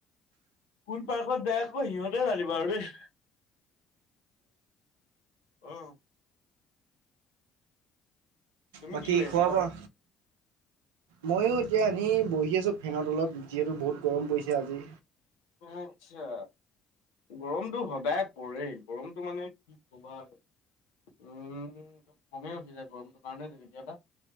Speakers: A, on the left; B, on the right.
A: কোন পাৰ্কত যায় আক সিহঁতে জানিব আৰু দেই। অ। তুমি
B: বাকী
A: কি কৰি আছা
B: খোৱা
A: হয়?
B: বোৱা? ময়ো এতিয়া এনে বহি আছোঁ ফেনৰ তলত, যিহেতু বহুত গৰম পৰিছে আজি।
A: আচ্ছা। গৰমতো সদায় পৰে গৰমতো মানে কি কবা আৰু। উম একদম খঙে উঠি যায় গৰমটোৰ কাৰণে যে কেতিয়াবা।